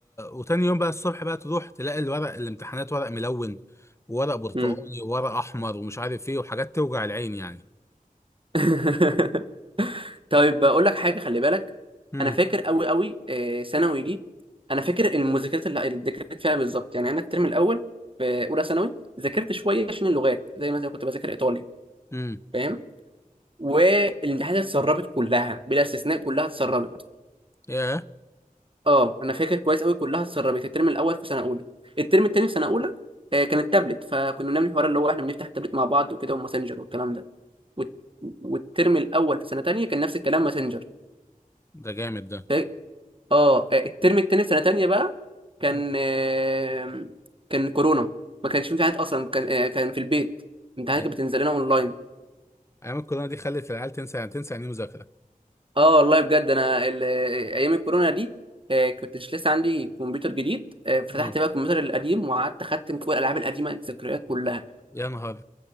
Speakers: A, on the left (about 20°); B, on the right (about 35°).
A: وتاني يوم بقى الصبح بقى تروح تلاقي الورق الامتحانات ورق ملون وورق برتقالي
B: امم
A: وورق احمر ومش عارف ايه وحاجات توجع العين يعني
B: <laughs> طيب اقول لك حاجه خلي بالك
A: امم
B: انا فاكر قوي قوي آه، ثانوي دي انا فاكر المذاكرات اللي اللي ذاكرت فيها بالظبط يعني انا الترم الاول في اولى ثانوي ذاكرت شويه عشان اللغات زي مثلا كنت بذاكر ايطالي
A: امم
B: فاهم والامتحانات اتسربت كلها بلا استثناء كلها اتسربت
A: ياه
B: اه انا فاكر كويس قوي كلها اتسربت الترم الاول في سنه اولى الترم التاني في سنه اولى آه كان التابلت فكنا بنعمل الحوار اللي هو احنا بنفتح التابلت مع بعض وكده وماسنجر والكلام ده والت- والترم الاول في سنه تانية كان نفس الكلام ماسنجر
A: ده جامد ده
B: فا- اه آه، الترم التاني في سنه تانية بقى كان
A: مم.
B: آه كان كورونا ما كانش في امتحانات اصلا كان آه كان في البيت امتحانات
A: ايام
B: كانت بتنزل لنا اونلاين
A: أيام الكورونا دي خلت العيال تنسى يعني تنسى يعني إيه مذاكره
B: اه والله بجد انا ال- ايام الكورونا دي آه، كنت مش لسه عندي كمبيوتر جديد آه، فتحت
A: مم.
B: بقى الكمبيوتر القديم وقعدت اختم كل الالعاب القديمه الذكريات كلها
A: يا نهار